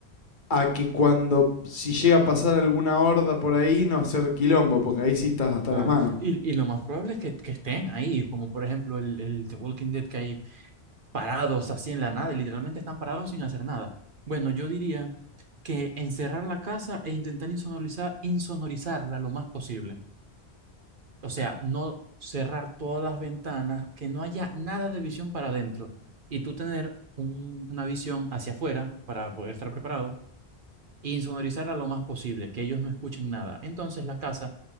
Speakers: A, on the left; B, on the right.
A: a que cuando, si llega a pasar alguna horda por ahí, no hacer quilombo, porque ahí sí estás hasta
B: Claro.
A: las manos.
B: Y, y lo más probable es que, que estén ahí, como por ejemplo el, el The Walking Dead, que hay parados así en la nada, y literalmente están parados sin hacer nada. Bueno, yo diría que encerrar la casa e intentar insonorizar, insonorizarla lo más posible. O sea, no cerrar todas las ventanas, que no haya nada de visión para adentro y tú tener un- una visión hacia afuera para poder estar preparado e insonorizarla lo más posible, que ellos no escuchen nada. Entonces la casa